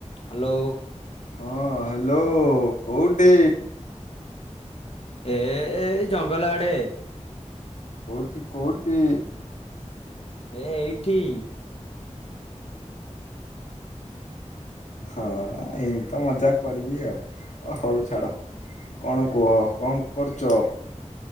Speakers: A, on the left; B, on the left.
A: Hello
B: ହଁ hello କୋଉଠି?
A: ଏଏଏ ଏଇ ଜଙ୍ଗଲ ଆଡେ।
B: କୋଉଟିି କୋଉଟି?
A: ଏ ଏଇଠି।
B: ହଁ ଏମିତି ତ ମଜା କରିବି ଆଉ। ଓ ହଉ ଛାଡ
A: ହଁ
B: କଣ କୁହ କଣ୍ କରୁଚ।